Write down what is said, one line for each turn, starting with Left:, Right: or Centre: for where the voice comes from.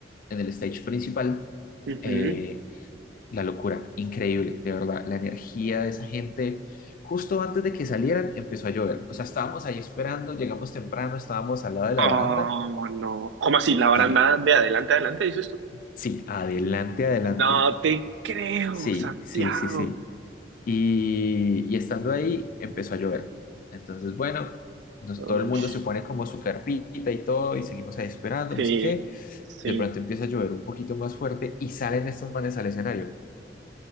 Left: en el stage principal.
Right: Ujú.
Left: eh, La locura, increíble, de verdad. La energía de esa gente. Justo antes de que salieran, empezó a llover. O sea, estábamos ahí esperando, llegamos temprano, estábamos al lado de la baranda.
Right: Oh, no. ¿Cómo así? ¿La
Left: Sí,
Right: baranda de adelante adelante, dices tú?
Left: sí, adelante, adelante.
Right: No te creo,
Left: Sí,
Right: Santiago.
Left: sí, sí, sí. Y, y estando ahí, empezó a llover. Entonces, bueno, nos-
Right: Oh,
Left: todo el mundo
Right: sh-
Left: se pone como su carpita y todo, y seguimos ahí esperando,
Right: sí,
Left: no sé qué.
Right: sí,
Left: De pronto empieza a llover un poquito más fuerte y salen estos manes al escenario.